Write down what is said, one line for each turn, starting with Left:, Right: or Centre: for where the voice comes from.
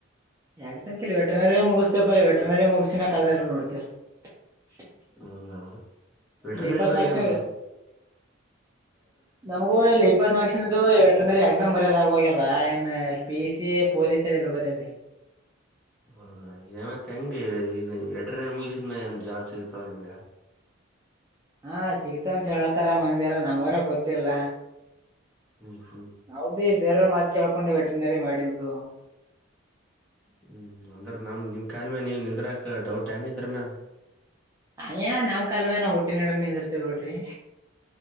Right: <unintelligible>
Centre: ಹೌದಾ ವಿಟ್ರೆಗೇನೆಮ್
Right: ಇಲ್ಲಿ ಇಪ್ಪತ್ ಮಾರ್ಕ್ಸ್ ನಮಗೂ ಇಲ್ಲಿ ಇಪ್ಪತ್ ನಕ್ಷನದು ವೆಟನರಿ ಎಕ್ಸಾಮ್ ಬರ್ಯೋದಾಗ ಹೋಗ್ಯದ ಇನ್ ಪಿ ಸಿ ಪೊಲೀಸರ ಎಲ್ಲೋಗರೆ ರೀ
Centre: ಹೌದಾ ಏ ಮತ್ತ ಹೆಂಗೆ ಎಟರ್ನ ಮುಗಸಿದ್ಮ್ಯ ಏನ್ ಜಾಬ್ ಸಿಗತಾವ ನಿಮ್ಗ <inaudible>
Right: ಹಾ ಸಿಗತ ಅಂತ ಹೇಳತಾರ ಮಂದಿ ಎಲ್ಲ ನಮ್ಗರ ಗೊತ್ತಿಲ್ಲ
Centre: ಹ್ಮ್ ಹ್ಮ್
Right: ನಾವು ಬಿ ಬೇರೆ ಮಾತ ಕೇಳ್ಕೊಂಡು ವೆಟನರಿ ಮಾಡಿದ್ದು
Centre: ಹ್ಮ್ ಅಂದ್ರೆ ನಮ್ ನಿಮ್ ಕಾಯಲ್ ಮೇಲೆ ನೀವ್ ನಿದ್ರಾಕ ಡೌಟ್ ಏನಿದ್ರ ಮ್ಯಾಲ
Right: ಹಯ ನಮ್ ಕಲ್ ಮೇ ನ ಹುಟ್ಟಿ ನಡ ನಿಂದಿರ್ತೇವೆ ಬಿಡ್ರಿ